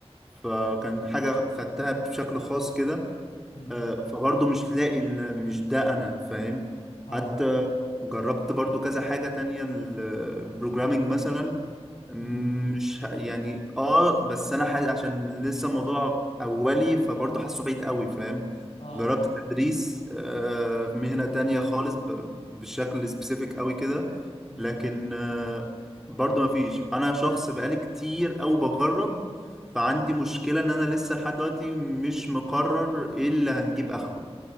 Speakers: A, in the centre; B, on the left.
A: فكان حاجه خدتها بشكل خاص كده
B: مم.
A: آه، فبرضه مش لاقي إن مش ده انا فاهم
B: اه
A: حتى جربت برضه كذا حاجة تانية البروجرامينج مثلا مم،
B: مم.
A: مش ه- يعني اه بس انا ح- عشان لسه موضوع اولي فبرضه حاسه بعيد قوي فاهم
B: اه
A: جربت تدريس آه، في مهنة تانية خالص ب- بشكل سبيسيفيك قوي كده
B: مم.
A: لكن آه، برضه مفيش انا شخص بقالي كتير او بجرب فعندي مشكلة ان انا لسه لحد دلوقتي مش مقرر ايه اللي هنجيب اخره